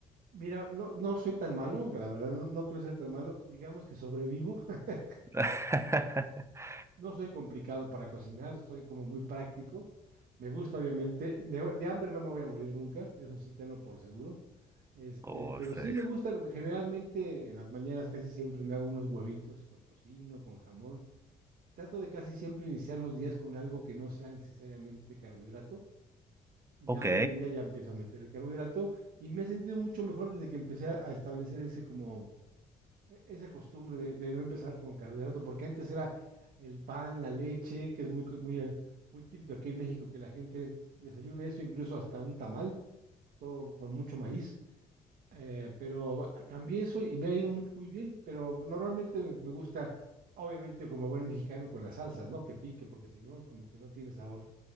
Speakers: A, on the right; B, on the right.
A: mira, no, no soy tan malo, la verdad, no, no creo ser tan malo. Digamos que sobrevivo. <laughs>
B: <laughs>
A: No soy complicado para cocinar, soy como muy práctico. Me gusta, obviamente. De, de hambre no me voy a morir nunca, eso sí tenlo por seguro. Este,
B: Oh,
A: pero
B: seis.
A: sí me gusta, generalmente en las mañanas casi siempre me hago unos huevitos con tocino, con jamón. Trato de casi siempre iniciar los días con algo que no sea necesariamente carbohidrato y
B: Ok.
A: ya a mediodía ya empiezo a meter el carbohidrato y me he sentido mucho mejor desde que empecé a, a establecer ese como e- esa costumbre de, de no empezar con carbohidrato porque antes era el pan, la leche, que es muy co- muy eh, muy típico aquí en México que la gente desayuna eso incluso hasta un tamal, todo con mucho maíz eh, pero cambié eso y me ha ido mucho- muy bien, pero normalmente me me gusta, obviamente como buen mexicano, con las salsas, ¿no? Que pique, porque si no, como que no tiene sabor.